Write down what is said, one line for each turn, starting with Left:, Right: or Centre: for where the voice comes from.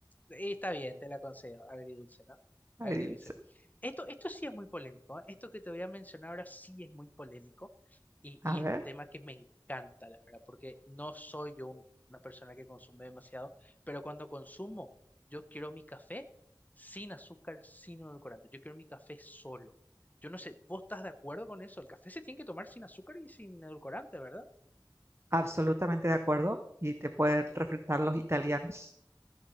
Left: Y está bien, te la concedo, agridulce, ¿no? Agridulce.
Right: Agridulce.
Left: Esto, esto sí es muy polémico, ¿eh? Esto que te voy a mencionar ahora sí es muy polémico y, y
Right: A ver,
Left: es un tema que me encanta, la verdad, porque no soy yo un- una persona que consume demasiado, pero cuando consumo, yo quiero mi café sin azúcar, sin edulcorante, yo quiero mi café solo. Yo no sé, ¿vos estás de acuerdo con eso? El café se tiene que tomar sin azúcar y sin edulcorante, ¿verdad?
Right: absolutamente de acuerdo. Y te pueden refrentar los italianos.